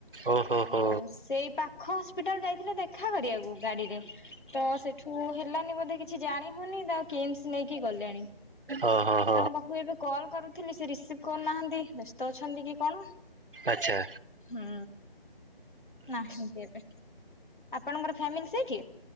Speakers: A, on the right; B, on the left.
A: ଓ ହୋ
B: ତ
A: ହୋ।
B: ସେଇ ପାଖ ହସ୍ପିଟାଲ ଯାଇଥିଲେ ଦେଖା କରିବାକୁ ଗାଡିରେ ତ ସେଠୁ ହେଲାନି ବୋଧେ କିଛି ଜାଣି ହଉନି। କିମ୍ସ ନେଇକି ଗଲେଣି?
A: ଅ ହ।
B: ତାଙ୍କ ପାଖକୁ ଏବେ କଲ୍ କରୁଥିଲି ସେ ରିସିଭ କରୁନାହାନ୍ତି ବ୍ୟସ୍ତ ଅଛନ୍ତି କି କଣ?
A: ଆଛା।
B: ହୁଁ ନାହାନ୍ତି ଏବେ। ଆପଣଙ୍କର ଫ୍ୟାମିଲି ସେଇଠି?